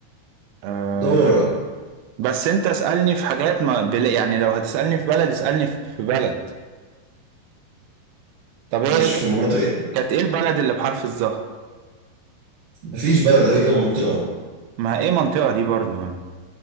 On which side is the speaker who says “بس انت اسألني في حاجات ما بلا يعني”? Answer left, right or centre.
Right